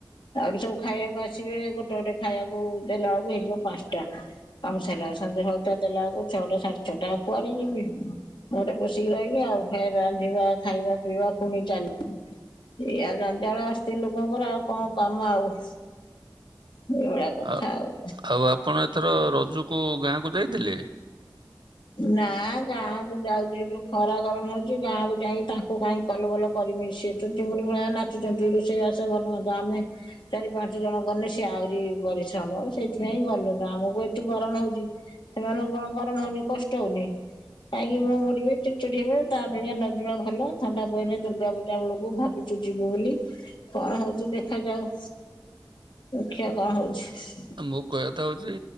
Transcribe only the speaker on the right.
ଆ
ଆଉ ଆପଣ ଏଥର ରଜୁକୁ ଗାଁ କୁ ଯାଇଥିଲେ?
ମୋ କହିବାକଥାଉଛି